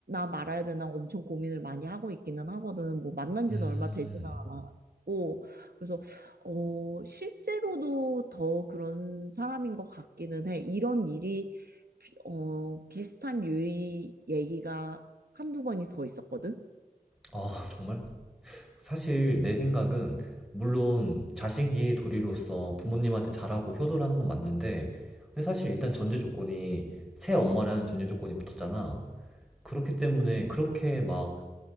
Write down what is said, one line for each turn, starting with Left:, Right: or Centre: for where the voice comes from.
Right: 말아야 되나 엄청 고민을 많이 하고 있기는 하거든. 뭐, 만난
Centre: 음,
Right: 지는 얼마 되지는 않았고, 그래서, 어, 실제로도 더 그런 사람인 것 같기는 해. 이런 일이, 비- 어, 비슷한 유의 얘기가 한두 번이 더 있었거든.
Centre: 아, 정말? 사실 내 생각은 물론 자식이 도리로서 부모님한테 잘하고 효도라는 건 맞는데 근데 사실 일단 전제 조건이 새 엄마라는 전제 조건이 붙었잖아. 그렇기 때문에 그렇게 막